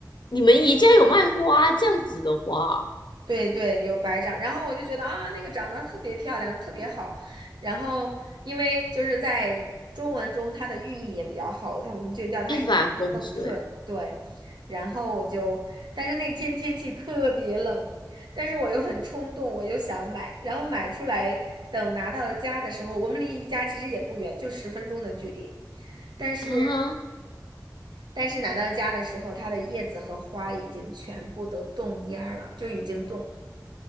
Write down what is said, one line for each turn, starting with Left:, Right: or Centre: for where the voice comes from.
Left: 你们宜家有卖花这样子的花，
Right: 对对，有白掌，然后我就觉得啊，那个长得特别漂亮，特别好。然后因为就是在中文中，它的寓意也比较好，它我们就叫它一帆风顺。
Left: 一帆风顺
Right: 对，然后我就，但是那天天气特别冷，但是我又很冲动，我又想买，然后买出来，等拿到家的时候，我们离宜家其实也不远，就十分钟的距离。但是
Left: 啊！
Right: 但是拿到家的时候，它的叶子和花已经全部都冻蔫儿了，就已经冻，